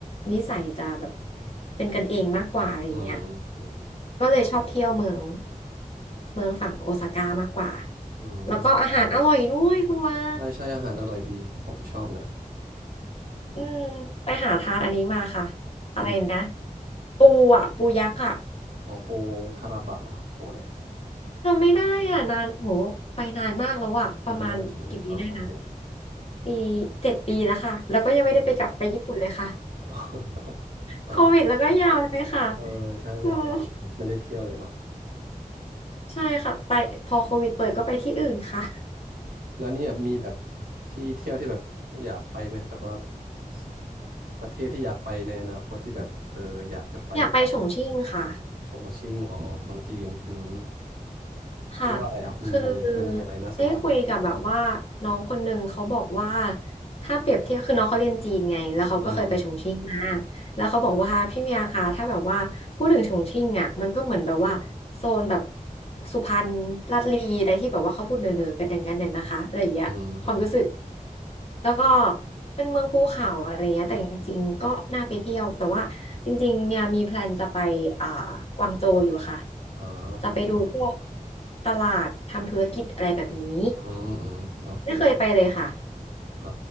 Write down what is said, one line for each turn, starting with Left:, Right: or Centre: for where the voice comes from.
Left: นิสัยจะแบบเป็นกันเองมากกว่าอะไรอย่างเงี้ย
Right: อืมอืม
Left: ก็เลยชอบเที่ยวเมืองเมืองฝั่งโอซาก้ามากกว่า
Right: อืมอืม
Left: แล้วก็อาหารอร่อยด้วยคุณว่า
Right: ใช่ใช่อาหารอร่อยดีผมชอบนะ
Left: อืมไปหาทานอันนี้มาค่ะอะไรนะ
Right: อืม
Left: ปูอ่ะปูยักษ์อ่ะ
Right: อ๋อโปทาราบะเหรอโปเลย
Left: ทำไม่ได้อ่ะนานโหไปนานมากแล้วอ่ะประมาณกี่ปีได้นะ
Right: นานมากใช่ไหมอ๋อโอเค
Left: ปีเจ็ดปีแล้วค่ะแล้วก็ยังไม่ได้ไปกลับไปญี่ปุ่นเลยค่ะ
Right: โอ้ <laughs> โอเค
Left: โควิดแล้วก็ยาวเลยค่ะ
Right: เออใช่วงโควิดไม่ได้เที่ยวเลยเนาะ
Left: อืมใช่ค่ะไปพอโควิดเปิดก็ไปที่อื่นค่ะ
Right: แล้วนี่แบบมีแบบที่เที่ยวที่แบบอยากไปไหมแบบว่าสประเทศที่อยากไปในอนาคตที่แบบเอออยากจะไป
Left: อยากไปฉงชิ่งค่ะ
Right: ชงชิ่งอ๋อเมืองจีนอืม
Left: ค่ะ
Right: เพราะว่าอะไรครับมันมีมันมีอะไรน่าสนใจ
Left: คือได้คุยกับแบบว่าน้องคนหนึ่งเขาบอกว่าถ้าเปรียบเทียบคือน้องเขาเรียนจีนไงแล้วเขาก็เคยไปฉงชิ่งมา
Right: อืม
Left: แล้วเขาบอกว่าพี่เมียคะถ้าแบบว่าพูดถึงฉงชิ่งอ่ะมันก็เหมือนแบบว่าโซนแบบ
Right: ครับ
Left: สุพรรณลาดลีอะไรที่แบบว่าเขาพูดเนอๆกันอย่างนั้นน่ะนะคะอะไรอย่างเงี้ยความรู้สึก
Right: อืมอืม
Left: แล้วก็เป็นเมืองภูเขาอะไรเงี้ยแต่จริงๆก็น่าไปเที่ยวแต่ว่าจริงๆเมียมีแพลนจะไปอ่ากวางโจวอยู่ค่ะ
Right: อ่ากวางโจว
Left: จะไปดูพวกตลาดทำธุรกิจอะไรแบบนี้
Right: อืมอืมโอเค
Left: ไม่เคยไปเลยค่ะ
Right: อ่า